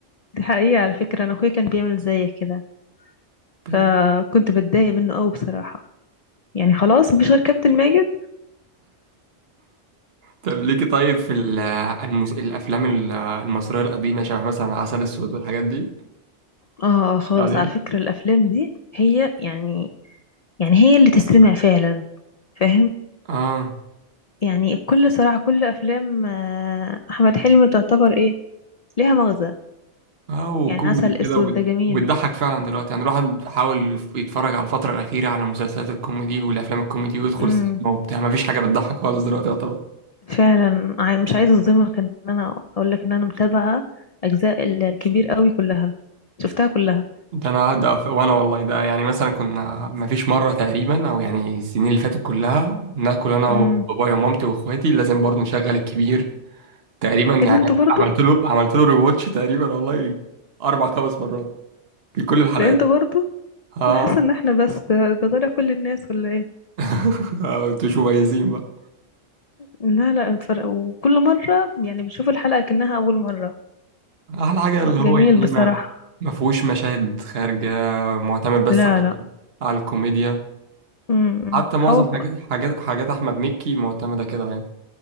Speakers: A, on the left; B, on the right.
A: دي حقيقة على فكرة انا اخويا كان بيعمل زيك كده
B: طب
A: فكنت بتضايق منه قوي بصراحة يعني خلاص مفيش غير كابتن ماجد
B: طب ليكي طيب في ال- المس... الأفلام ال- المصرية القديمة شبه مثلا عسل أسود والحاجات دي
A: اه خالص
B: عليها
A: على فكرة الافلام دي هي يعني يعني هي اللي تستمع فعلا فاهم
B: اه
A: يعني كل صراحة كل افلام آه، احمد حلمي تعتبر ايه ليها مغزى
B: أو
A: يعني
B: كوميدي
A: عسل
B: كده
A: اسود
B: وبت-
A: ده جميل
B: وبتضحك فعلا دلوقتي يعني الواحد حاول يتفرج على الفترة الأخيرة على مسلسلات الكوميدي والأفلام الكوميدي ويدخل
A: امم
B: سينما وبتاع مفيش حاجة بتضحك خالص دلوقتي يعتبر
A: فعلا عاي- مش عايزة اظلمك ان انا اقول لك ان انا متابعة اجزاء ال- الكبير قوي كلها شفتها كلها
B: ده انا ده ف- وانا والله ده يعني مثلا كنا ما فيش مره تقريبا او يعني السنين اللي فاتت كلها ناكل انا
A: امم
B: وبابايا ومامتي واخواتي لازم برضه نشغل الكبير تقريبا يعني
A: ايه ده انتوا برضو
B: عملت له عملت له ريواتش تقريبا والله اربع خمس مرات في كل الحلقات
A: ده انتوا برضو
B: اه
A: انا حاسة ان احنا بس ده, ده طلع كل الناس ولا ايه
B: <laughs> آه، انتوا مش مميزين بقى
A: لا لا اتفرج وكل مرة يعني بشوف الحلقة كأنها أول مرة
B: احلى حاجه
A: لا
B: اللي
A: جميل
B: هو يعني
A: بصراحة
B: ما ما فيهوش مشاهد خارجه معتمد بس
A: لا
B: على
A: لا
B: على الكوميديا
A: امم
B: حتى معظم
A: هو ك...
B: حاجات حاجات حاجات احمد مكي معتمده كده يعني